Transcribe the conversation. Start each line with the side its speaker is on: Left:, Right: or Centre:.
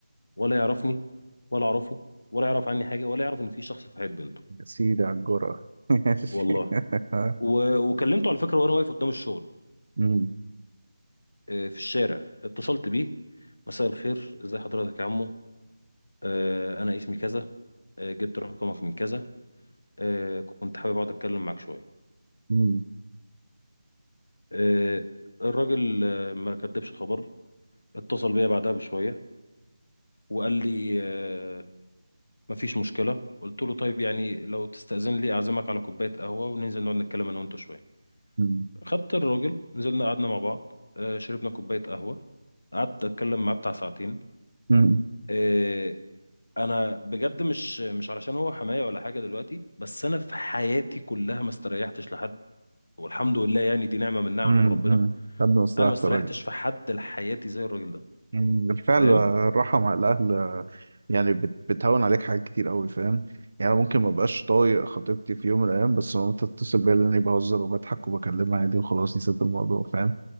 Left: ولا يعرفني ولا اعرفه ولا يعرف عني حاجه ولا يعرف ان في شخص في حياه بنته
Right: يا سيدي على الجرأة ماشي.
Left: والله
Right: <laughs>
Left: و... وكلمته على فكره وانا واقف قدام الشغل
Right: أمم،
Left: آه، في الشارع اتصلت بيه مساء الخير ازي حضرتك يا عمو آه، انا اسمي كذا آه، جبت رقمك من كذا آه، كنت حابب اقعد اتكلم معاك شويه
Right: أمم،
Left: آه، الراجل آه، ما كدبش خبر اتصل بيا بعدها بشويه وقال لي آه، مفيش مشكله قلت له طيب يعني لو تستأذن لي اعزمك على كوبايه قهوه وننزل نقعد نتكلم انا وانت شويه
Right: أمم،
Left: خدت الراجل نزلنا قعدنا مع بعض آه، شربنا كوبايه قهوه قعدت اتكلم معاه بتاع ساعتين
Right: أمم،
Left: آه، انا بجد مش مش علشان هو حماية ولا حاجة دلوقتي بس انا في حياتي كلها ما استريحتش لحد والحمد لله يعني دي نعمة من نعم
Right: أمم،
Left: ربنا
Right: أمم. قدم استراحة
Left: انا ما استريحتش
Right: الراجل
Left: في حد لحياتي زي الراجل ده
Right: أمم، بالفعل
Left: فاهم
Right: آه، الراحة مع الأهل آه، <laughs> يعني بت- بتهون عليك حاجات كتير أوي فاهم يعني أنا ممكن
Left: مم.
Right: ما بقاش طايق خطيبتي في يوم من الأيام بس لما تتصل بيا لأني بهزر وبضحك وبكلمها عادي وخلاص نسيت الموضوع فاهم